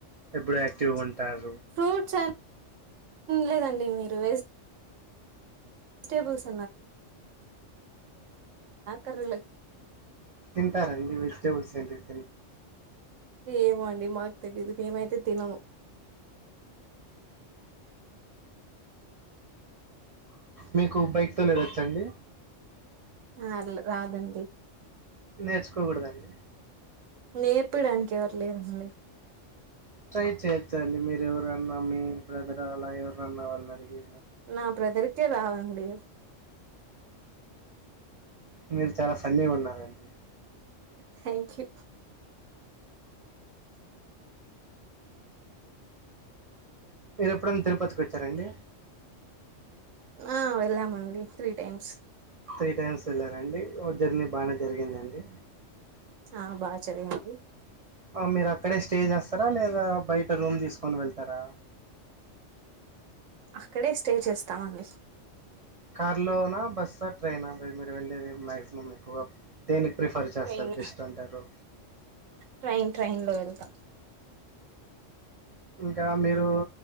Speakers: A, on the right; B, on the right.
A: ఎబుడు యాక్టివ్గా ఉంటారు
B: ఫ్రూట్స్ లేదండి మీరు వె వెజిటెబుల్స్ కర్రీ
A: తింటారడి వెజిటేబల్స్ ఏంటికి
B: ఏమో అండి మాకు తెలీదు మేమైతే తినము
A: మీకు బైక్ తోలేదొచ్చండి
B: ఆల్ రాదండి
A: నేర్చుకో గుడదండి
B: నేర్పిడానికి ఎవరు లేరండి
A: ట్రై చేయొచ్చండి మీరు ఎవరన్నా మీ బ్రదర్ అలా ఎవరు నన్నా వాళ్ళనడిగి
B: నా బ్రదర్కే రాదండి
A: మీరు చాలా ఫన్నీగున్నారండి
B: థ్యాంక్ యూ
A: మీరు ఎప్పుడనా తిరుపతికి వచ్చారండి
B: ఆ వెళ్ళామండి త్రీ టైమ్స్
A: త్రీ టైమ్స్ వెళ్ళారాండి ఓ జర్నీ బానే జరిగిందండి
B: చానా బా చరిగింది
A: ఓం మీరక్కడే స్టే చేస్తారా లేదా బయట రూమ్ తీసుకొని వెళ్తారా
B: అక్కడే స్టే చేస్తామండి
A: కార్లోనా బస్సా ట్రైనా మీరు వెళ్ళేది మాక్సిమం ఎక్కువ దేని ప్రిఫర్ చేస్తారు
B: ట్రైన్
A: బెస్ట్ అంటారు
B: ట్రైన్ ట్రైన్ లో వెళ్తాం
A: ఇంకా మీరు